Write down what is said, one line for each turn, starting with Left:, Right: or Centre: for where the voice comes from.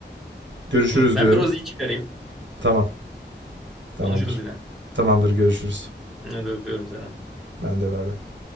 Right: görüşürüz
Centre: İyi. Ben
Right: diyorum.
Centre: bir Rozi'yi çıkarayım.
Right: Tamam. Tamamdır.
Centre: Konuşuruz yine.
Right: Tamamdır görüşürüz.
Centre: Hadi öpüyorum seni.
Right: Ben de bay bay.